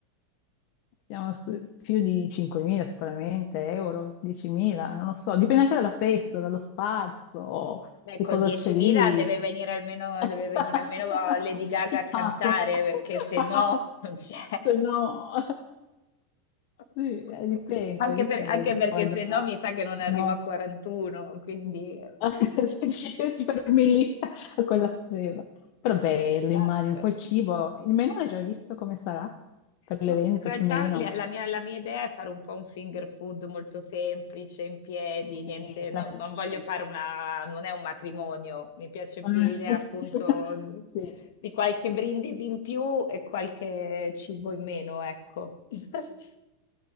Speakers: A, on the left; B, on the left.
A: Siamo su più di 5.000 sicuramente, euro, 10.000, non lo so, dipende anche dalla festa, dallo spazio,
B: Beh,
A: che
B: con
A: cosa
B: 10.000
A: c'è lì.
B: deve venire almeno,
A: <laughs>
B: deve venire almeno oh, Lady Gaga
A: Il
B: a
A: Papa.
B: cantare, perché se
A: <laughs>
B: no non c'è.
A: Se no,
B: <laughs>
A: sì, eh, dipende,
B: Anche,
A: dipende
B: per- anche perché
A: poi
B: se
A: da...
B: no mi sa che non arrivo
A: No,
B: a 41, quindi... <laughs>
A: <laughs> se ci ci fermi lì a quella spesa. Però bello,
B: Esatto.
A: immagino, poi il cibo, il menù l'hai già visto come sarà per
B: Ma
A: l'evento
B: in realtà
A: più o meno?
B: le- la mia, la mia idea è fare un po' un finger food molto semplice, in piedi, niente,
A: Sì, tra
B: no-
A: amici.
B: non voglio fare una, non è un matrimonio, mi piace
A: Eh,
B: più l'idea
A: <laughs>
B: appunto mm,
A: Sì.
B: di qualche brindisi in più e qualche cibo in meno, ecco. <laughs>